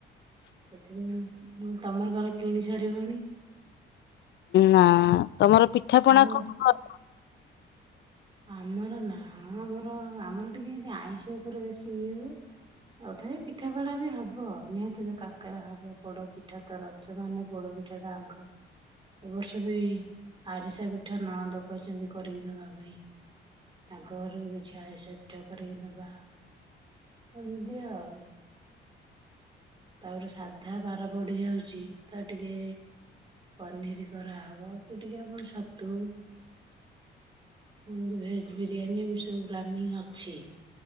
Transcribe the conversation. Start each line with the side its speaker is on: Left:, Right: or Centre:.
Right: ସେଥିପାଇଁ ତମର କାଳେ କିଣି ସାରିବଣି?
Left: ନା ତମର ପିଠାପଣା
Right: ଆଉ
Left: କଣ କର?
Right: ଆମର ନା ହଁ ଆମର ଆମର ଟିକେ ଆଇଁଷ ଉପରେ ବେଶୀ ଇଏ ହୁଏ ତଥାପି ପିଠା ପଣା ବି ହବ ନିହାତି ତ କାକରା ହବ ପୋଡ ପିଠା ତ ରଜ ମାନେ ପୋଡ ପିଠା ଟା ଆଗ ଏ ବର୍ଷ ବି ଆରିସା ପିଠା ନଣନ୍ଦ କହିଛନ୍ତି କରିକି ଦବା ପାଇଁ ତାଙ୍କ ଘରୁ କିଛି ଆରିସା ପିଠା କରିକି ଦବା ଏମିତି ଆଉ ତାପରେ ସାଧା ବାର ପଡି ଯାଉଛି ତ ଟିକେ ପନିର କରା ହବ କି ଟିକେ ଆମର ଛତୁ ଏମିତି ଭେଜ୍ ବିରିୟାନୀ ଏମିତି ସବୁ ପ୍ଲାନିଂ ଅଛି